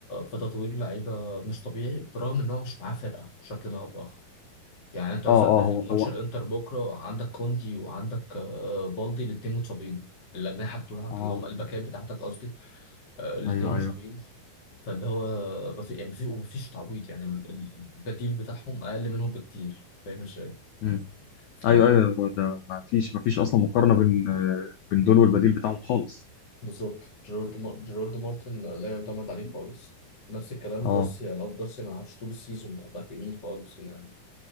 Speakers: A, on the left; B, on the left.
A: فتطوير اللعيبه مش طبيعي برغم ان هو مش معاه فرقه بشكل ما او باخر يعني انت مثلا
B: اه
A: داخل
B: اه هو
A: ماتش
B: هو
A: الانتر بكره عندك كوندي وعندك آه بالدي الاثنين متصابين الاجنحه بتوعك
B: اه
A: اللي هم الباكات بتاعتك قصدي آه الاثنين
B: ايوه
A: مصابين
B: ايوه
A: فاللي هو ما في- يعني ما في- ما فيش تعويض يعني ال- ال- البديل بتاعهم اقل منهم بكتير فاهم ازاي؟
B: مم.
A: ف
B: ايوه ايوه هو ده ما فيش ما فيش اصلا مقارنه بين آه، بين دول والبديل بتاعهم خالص
A: بالظبط جيرارد م... جيرارد مارتن لا يعتمد عليه خالص نفس الكلام
B: اه
A: جارسيا لو جارسيا ما لعبش طول السيزون باك يمين خالص يعني